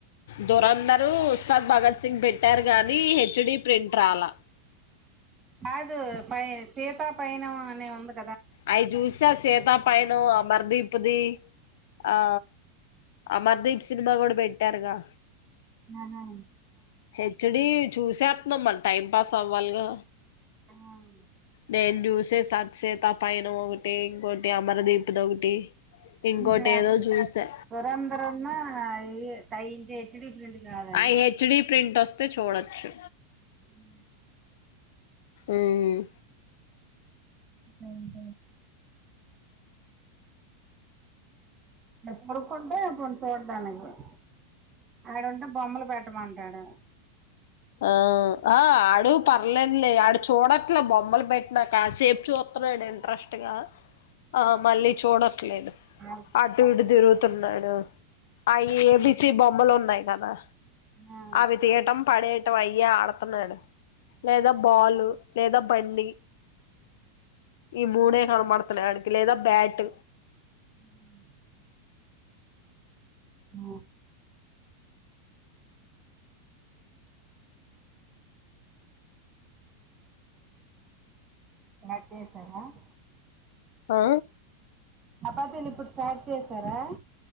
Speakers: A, on the left (about 70°); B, on the right (about 20°).
A: దురంధరూ ఉస్తాద్ భగత్ సింగ్ పెట్టారు కానీ హెచ్ డి ప్రింట్ రాలా
B: కాదు పై సీతా పయనం అనీ ఒకటి
A: అయి జూసా సీతా పయనం ఆ మర్ది ఇప్పుది. ఆ అమర్దీప్ సినిమా కూడా పెట్టారుగా.
B: ఆహా
A: హెచ్ డి చూసేత్నాం మల్ టైం పాస్ అవ్వాలిగా.
B: ఆ ఆ
A: నేన్ జూసేసా. తపయనం ఒకటి ఇంకోటి అమర దీప్ ది ఒకటి. ఇంకోటి
B: ఇంకా
A: ఏదో చూసా
B: దురంద్రన్నూ అయ్. అయి ఇంకా హెచ్డి కాదయి
A: ఆ హెచ్ డి ప్రింట్ ఒస్త్ తే చూడొచ్చు
B: ఉ
A: ఊమ్
B: ఊమ్ ఊమ్ ఆడ్పడుకుంటే పోని చూడ్డానికి కూడా ఆడుంటే బొమ్మలు పెట్టమంటాడు
A: ఆ ఆ ఆడు పర్లేదులే ఆడు చూడట్లే బొమ్మలు పెట్ట్నా కాసేప్ చూస్తన్నాడు ఇంట్రెస్ట్గా ఆ మళ్ళీ చూడట్లేదు
B: ఆ
A: అటు ఇటు తిరుగుతు త్తున్నాడు అ ఏబిసి బొమ్మలు ఉన్ తాయి గదా
B: ఆ
A: అవి తీయటం పడేయటం అయ్యే ఆడతున్నాడు లేదా బాలు లేదా బండి ఈ మూడే కనబడ్త్ తున్నాయి ఆడికి లేదా బ్యాట్
B: ఆ ఆ రాట్తారా <inaudible>
A: ఆ
B: ఆపాతను ఇప్పుడు స్టార్ట్ చేస్త సరే